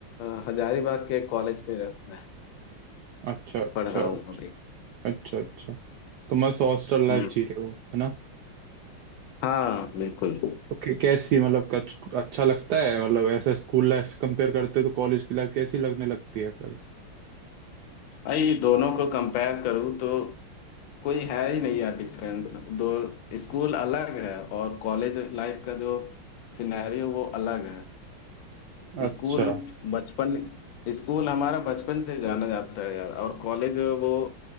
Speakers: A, on the left; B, on the right.
A: अ, हजारीबाग के कॉलेज में रह, मैं
B: अच्छा अच्छा
A: पढ़ रहा
B: अच्छा
A: हूँ अभी
B: अच्छा अच्छा तो मस्त हॉस्टल लाइफ
A: हम्म
B: जी रहे हो है ना
A: हाँ बिल्कुल
B: तो कै- कैसी मतलब कच- अच्छा लगता है मतलब ऐसा स्कूल लाइफ से कंपेयर करते हो तो कॉलेज की लाइफ कैसी लगने लगती है फिर
A: भाई दोनों को कंपेयर करूँ तो कोई है ही नहीं यार डिफरेंस दो स्कूल अलग है और कॉलेज लाइफ का जो सिनेरियो वो अलग है
B: अच्छा
A: स्कूल बचपन स्कूल हमारा बचपन से जाना जाता है यार और कॉलेज वो